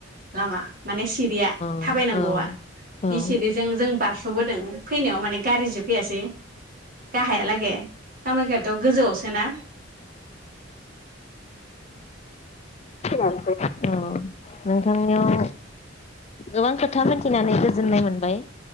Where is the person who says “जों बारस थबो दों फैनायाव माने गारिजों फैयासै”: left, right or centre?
Right